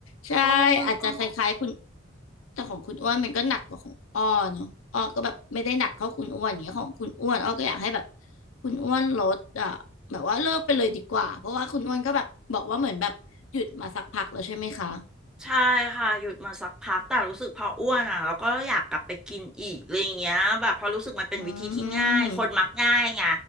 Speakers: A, on the left (about 80°); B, in the centre.
A: ใช่อาจจะคล้ายๆคุณ
B: โอ้นึกออก
A: แต่ของคุณอ้วนมันก็หนักกว่าของอ้อเนาะอ้อก็แบบไม่ได้หนักเท่าคุณอ้วนอย่างเงี้ยของคุณอ้วนอ้อก็อยากให้แบบคุณอ้วนลดอ่ะแบบว่าเลิกไปเลยดีกว่าเพราะว่าคุณอ้วนก็แบบบอกว่าเหมือนแบบหยุดมาสักพักแล้วใช่ไหมคะ
B: ใช่ค่ะหยุดมาสักพักแต่รู้สึกพออ้วนอ่ะแล้วก็อยากกลับไปกินอีกอะไรอย่างเงี้ยแบบพอรู้สึกมันเป็นวิธีที่ง่ายคนมักง่ายไง
A: อืม